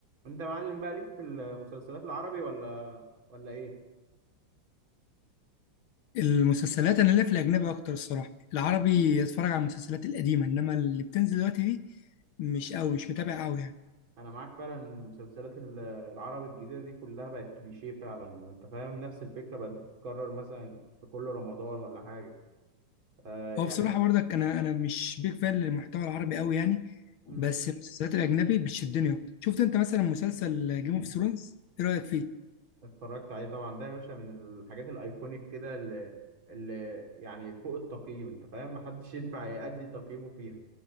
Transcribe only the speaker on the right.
انت معلم بقى ليك في المسلسلات العربي ولا ولا ايه
انا معاك فعلا إن المسلسلات ال- العربي الجديده دي كلها بقت كليشيه فعلا وانت فاهم نفس الفكره بقت بتتكرر مثلا في كل رمضان ولا حاجه آه يعني
امم
اتفرجت عليه طبعا ده يا باشا من الحاجات الايكونيك كده اللي, اللي يعني فوق التقييم انت فاهم محدش ينفع يأدي تقييمه فيها